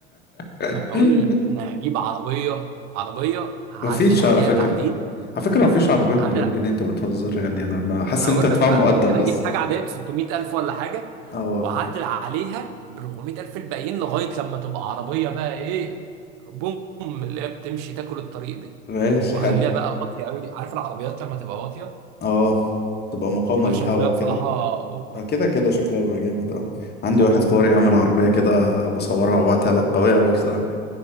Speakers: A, on the left; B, on the right.
A: <laughs>
B: ما انا اقول لك، انا هجيب عربية عربية هعدل
A: مفيش
B: عليها
A: على فكره
B: تعديل
A: على فكره مفيش عربيه بمليون
B: هعدل
A: جنيه انت بتهزر يعني انا ما حاسس
B: انا
A: ان
B: هقول
A: انت هتدفع
B: لك بقى
A: مقدم
B: انا ممكن اجيب
A: بس
B: حاجه عاديه ب 600000 ولا حاجه
A: اه
B: واعدل عليها ب 400000 الباقيين لغايه لما تبقى عربيه بقى ايه بوم اللي هي بتمشي تاكل الطريق دي
A: ماشي
B: واخليها
A: حلو
B: بقى واطيه قوي عارف العربيات لما تبقى واطيه
A: اه تبقى مقاومه
B: بيبقى
A: للهواء
B: شكلها
A: وكده
B: بصراحه بوم
A: آه،
B: يعني
A: كده كده شكلها بيبقى جامد اه عندي واحد جاري عامل عربيه كده بصورها وابعتها لك قويه قوي بصراحه